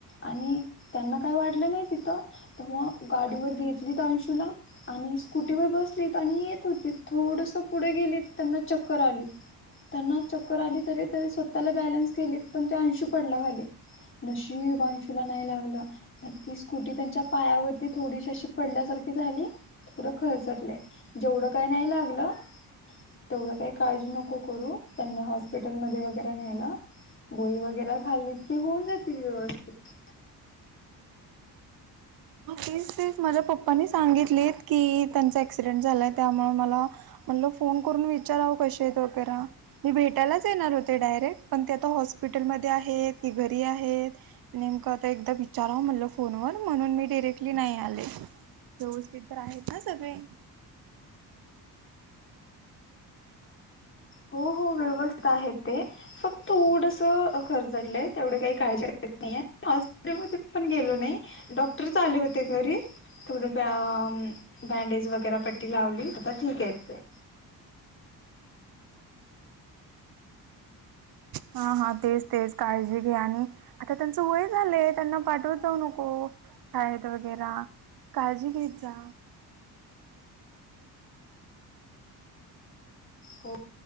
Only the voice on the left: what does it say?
आणि त्यांना काय वाटलं नाही तिथं तेव्हा गाडीवर घे अंशुला आणि स्कुटीवर बसलीत आणि येत होती, थोडस पुढे गेली त्यांना चक्कर आली त्यांना चक्कर आली तरी तरी स्वतःला बॅलन्स केलीत पण ते अंशीू पडला खाली. नशीब अंशूला नाही लागलं, ती स्कुटी त्यांच्या पायावरती थोडीशी अशी पडल्यासारखं झाली. थोड खरचटलं, येवढं काही नाही लागलं. तेवढं काही काळजी नको करू, त्यांना हॉस्पिटल मध्ये वगैरे न्हेला. गोळी वगैरे खाल्लीत की होऊन जातील व्यवस्थित.
हो होे. व्यवस्थित आहेत ते, फक्त थोडस खरचटलंय तेवढे काही काळजी <unintelligible> नाही. <unintelligible> मग तिथे पण गेलो नाही. डॉक्टरच आले होते घरी थोड बँडेज वगैर तेला पट्टी लावली, <unintelligible> आता ठीक आहेत ते.
हो.